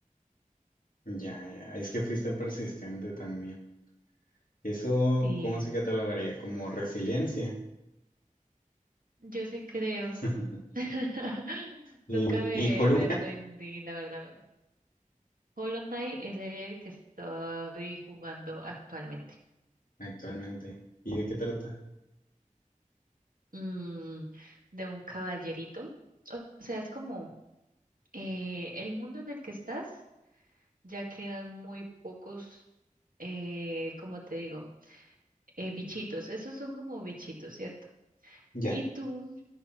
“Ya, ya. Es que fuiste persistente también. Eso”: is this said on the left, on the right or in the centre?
Left